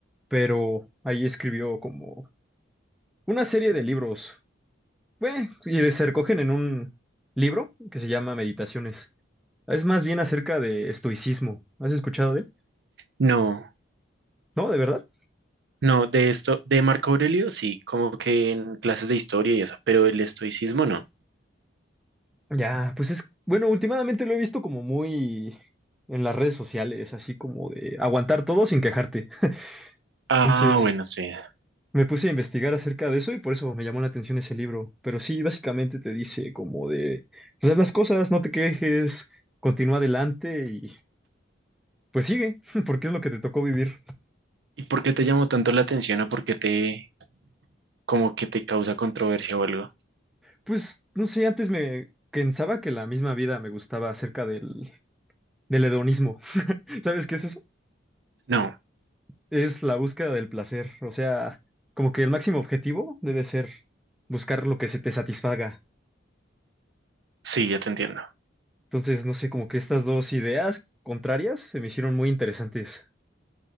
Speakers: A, in the centre; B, on the right.
A: pero ahí escribió como una serie de libros, bueno, y se recogen en un libro que se llama Meditaciones. Es más bien acerca de estoicismo. ¿Has escuchado de? él?
B: No,
A: ¿No? ¿De verdad?
B: no, de esto, de Marco Aurelio sí, como que en clases de historia y eso, pero el estoicismo no.
A: Ya, pues es, bueno, últimamente lo he visto como muy en las redes sociales, así como de aguantar todo sin quejarte.
B: Ah,
A: Entonces
B: bueno, sí.
A: me puse a investigar acerca de eso y por eso me llamó la atención ese libro. Pero sí, básicamente te dice como de, pues haz las cosas, no te quejes, continúa adelante y pues sigue, <laughs> porque es lo que te tocó vivir.
B: ¿Y por qué te llamó tanto la atención o por qué te, como que te causa controversia o algo?
A: Pues no sé, antes me pensaba que la misma vida me gustaba acerca del, del hedonismo. <laughs> ¿Sabes que ese
B: No,
A: es la búsqueda del placer. O sea, como que el máximo objetivo debe ser buscar lo que se te satisfaga.
B: sí, ya te entiendo.
A: Entonces, no sé, como que estas dos ideas contrarias se me hicieron muy interesantes.